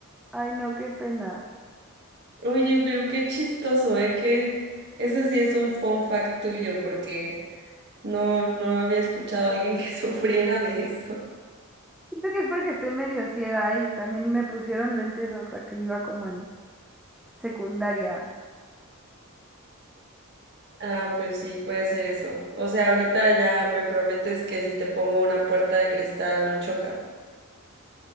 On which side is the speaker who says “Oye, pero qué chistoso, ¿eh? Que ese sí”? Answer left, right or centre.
Right